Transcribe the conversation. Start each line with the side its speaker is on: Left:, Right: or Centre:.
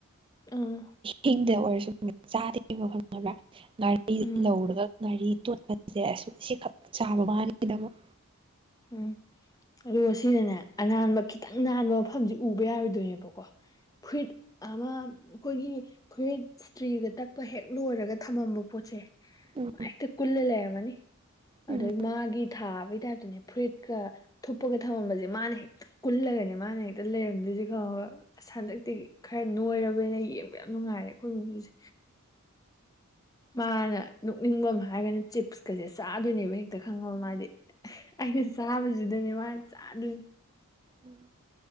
Left: ꯎꯝ
Right: ꯍꯤꯡꯅ ꯑꯣꯏꯔꯁꯨ ꯆꯥꯗꯦꯕ ꯈꯪꯉꯕ꯭ꯔꯥ ꯉꯥꯔꯤ
Left: ꯎꯝ
Right: ꯂꯧꯔꯒ ꯉꯥꯔꯤ ꯇꯣꯠꯄꯁꯦ ꯑꯁ ꯁꯤ ꯈꯛ ꯆꯥꯕ ꯃꯥꯒꯤꯅꯃꯛ
Left: ꯎꯝ ꯑꯗꯨꯒ ꯁꯤꯅꯅꯦ ꯑꯅꯥꯟꯕ ꯈꯤꯇꯪ ꯅꯥꯟꯕ ꯃꯐꯝꯁꯤ ꯎꯕ ꯌꯥꯔꯣꯏꯗꯣꯏꯅꯦꯕꯀꯣ ꯐꯨꯔꯤꯠ ꯑꯃ ꯑꯩꯈꯣꯏꯒꯤ ꯑꯩꯈꯣꯏ ꯏꯁꯇ꯭ꯔꯤꯒ ꯇꯛꯄ ꯍꯦꯛ ꯂꯣꯏꯔꯒ ꯊꯝꯃꯝꯕ ꯄꯣꯠꯁꯦ
Right: ꯎꯝ
Left: ꯃꯥ ꯍꯦꯛꯇ ꯀꯨꯜꯂ ꯂꯩꯔꯝꯃꯅꯤ
Right: ꯎꯝ
Left: ꯑꯗꯩ ꯃꯥꯒꯤ ꯊꯥꯕꯒꯤ ꯇꯥꯏꯞꯇꯅꯦ ꯐꯨꯔꯤꯠꯀ ꯊꯨꯞꯄꯒ ꯊꯝꯃꯝꯕꯁꯦ ꯃꯥꯅ ꯍꯦꯛ ꯀꯜꯂꯒꯅꯦ ꯃꯥꯅꯦ ꯂꯩꯔꯝꯗꯣꯏꯁꯦ ꯈꯪꯉꯕ ꯑꯁ ꯍꯟꯗꯛꯇꯤ ꯈꯔ ꯅꯣꯏꯔꯕꯅꯤꯅ ꯌꯦꯡꯕ ꯌꯥꯝ ꯅꯨꯡꯉꯥꯏꯔꯦ ꯑꯩꯈꯣꯏ ꯃꯤꯅꯨꯁꯦ ꯃꯥꯅ ꯅꯣꯛꯅꯤꯡꯕꯃ ꯍꯥꯏꯔꯒꯅ ꯆꯤꯞꯁꯀꯁꯦ ꯆꯥꯗꯣꯏꯅꯦꯕ ꯍꯦꯛ ꯇ ꯈꯪꯉꯕ ꯃꯥꯗꯤ ꯑꯩꯩꯅ ꯆꯥꯕꯁꯤꯗꯅꯦ ꯃꯥ ꯆꯥꯗꯣꯏꯅꯤ
Right: ꯎꯝ